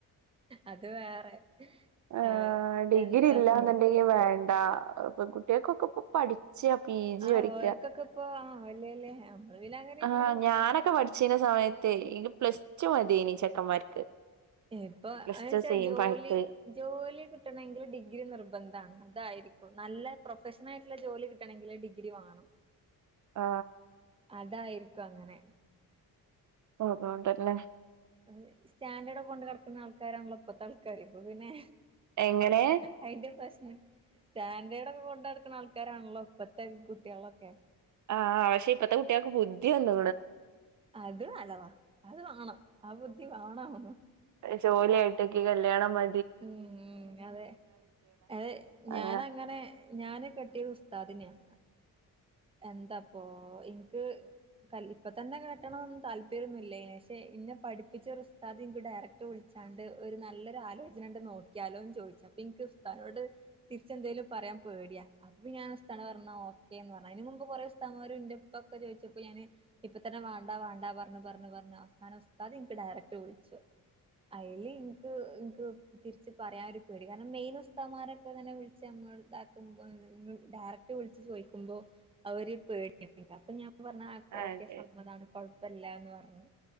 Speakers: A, on the right; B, on the right.
A: അത് വേറെ
B: ആ
A: ഏഹ്
B: ഡിഗ്രി
A: എന്താപ്പൊ
B: ഇല്ലാന്നുണ്ടെങ്കി വേണ്ട ഇപ്പൊ കുട്ടികൾക്കൊക്കെ ഇപ്പോ പഠി ച്ച് പിജി
A: ആ
B: എടുക്കുക
A: ഓർക്കൊക്കെ ഇപ്പൊ ആ വല്യ വല്യ നമ്മള് പിന്നെ അങ്ങനെയാണല്ലോ
B: ആ ഞാനൊക്കെ പഠിച്ചതിന്‌ സ മയത്തേ ഇ പ്ലസ്ടു മതീനി ചെക്കന്മാർക്ക്
A: ഇപ്പൊ
B: പ്ലസ്
A: എ വച്ചാ
B: ടു സെയിം
A: ജോലി
B: പായിട്ട്
A: ജോലി ജോലി കിട്ടണെങ്കിൽ ഡിഗ്രി നിർബന്ധാണ് അതായിരി ക്കും നല്ല പ്രൊഫഷണൽ ആയിട്ടുള്ള ജോലി കിട്ടണെങ്കില് ഡിഗ്രി വാങ്ങണം
B: ആ
A: അതായിരിക്കും അങ്ങനെ
B: ഓ അതുകൊണ്ടല്ലേ
A: അ സ്റ്റാൻഡേർഡ് ഒക്കെ കൊണ്ട് കിടക്കുന്ന ആൾക്കാരാണല്ലോ ഇപ്പഴത്തെ ആൾക്കാര് ഇപ്പൊ പിന്നെ
B: എങ്ങനെ
A: അതിന്റെ പ്രശ്നം സ്റ്റാൻഡേർഡ ഒക്കെ കൊണ്ട് നടക്കുന്ന ആൾക്കാരാണല്ലോ ഇപ്പത്തെ കുട്ടികളൊക്കെ
B: ആഹ് ആ പക്ഷെ ഇപ്പത്തെ കുട്ടികൾക്ക് ബുദ്ധിയൊണ്ട്
A: അത് അലവാ അത് വാണം ആ ബുദ്ധി വാണം
B: ജോലി ആയിട്ടൊക്കെ കല്യാണം മ
A: ഉം അതെ അതെ
B: അങ്ങനെ
A: ഞാനങ്ങനെ ഞാന് കെട്ടിയ ഉസ്താദ് ദിനെയാ എന്താപ്പൊ എനിക്ക് ഇപ്പൊ തന്നെ കേറ്റണൊന്നും താല്പര്യൊന്നില്ലേ ഷേ ന്നെ പഠിപ്പിച്ച ഒരു ഉസ്താദ് നിനിക്ക് ഡയറക്ട് വിളിച്ചാണ്ട് ഒരു നല്ലൊരു ആലോചന ഇത് രണ്ടും നോക്കിയാലോന്ന് ചോദിച്ച് അപ്പൊ എനിക്ക് സ്ഥലോട് തിരിച്ചെന്തേലും പറയാൻ പേടിയാ അപ്പൊ ഞാൻ അതാ പറേണ ഓക്കേന്ന് പറ അതിന് മുമ്പ് കൊറേ സ്മാപ്പൊക്കെ ചോദിച്ചപ്പോ ഞാന് ഇപ്പ തന്നെ വാണ്ടാ വാണ്ടാ പറഞ്ഞ് പറഞ്ഞ് പറഞ്ഞ് അവസാനം ഉസ്താദ് എനിക്ക് ഡയറക്ട് വിളിച്ചു അതില് ഇനിക്ക് ഇനിക്ക് തിരിച്ച് പറയാനൊരു പേടി കാരണം മെയിൻ ഉസ്താമാരൊക്കെ ഇങ്ങനെ വിളിച്ച് നമ്മൾ ഇതാക്കുമ്പോ ഡയറക്റ്റ് വിളിച്ചു ചോയിക്കുമ്പോ അവര് പേടിയാ <unintelligible> ന്ന് പറഞ്ഞാ ഇപ്പ
B: അതെ
A: ഓക്കെ സമ്മതാണ് കുഴപ്പമില്ലാന്ന് പറഞ്ഞു.